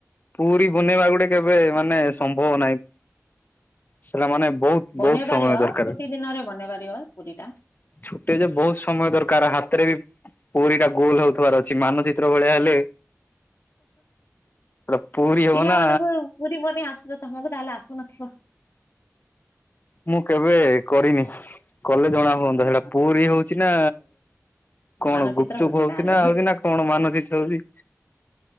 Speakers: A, on the left; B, on the left.
A: ପୁରୀ ବନେଇବା ଗୋଟେ କେବେ ମାନେ ସମ୍ଭବ ନାହିଁ। ସେଟା ମାନେ ବହୁତ
B: ବନେଇପାରିବ,
A: ବହୁତ ସମୟ ଦରକାର
B: ଛୁଟି ଦିନରେ ବନେଇ ପାରିବ ପୁରୀ ଟା।
A: ଛୁଟି ଯେ ବହୁତ ସମୟ ଦରକାର, ହାତରେ ବି ପୁରୀ ଟା ଗୋଲ ହଉଥିବାର ଅଛି। ମାନଚିତ୍ର ଭଳିଆ ହେଲେ ସେଟା ପୁରୀ ହବ
B: ପିଲାମାନଙ୍କୁ
A: ନା
B: ପୁରୀ ବନେଇ ଆସୁନି, ତମକୁ ତାହେଲେ ଆସ <unintelligible>
A: ମୁଁ କେବେ କରିନି, କଲେ ଜଣା ହୁଅନ୍ତା
B: ହଁ,
A: ସେଇଟା ପୁରୀ ହଉଛି ନା କଣ
B: ମାନଚିତ୍ର
A: ଗୁପଚୁପ ହଉଛି
B: ତାହେଲେ
A: ନା ହଉଛି ନା କଣ ମାନଚିତ୍ର ହଉଛି।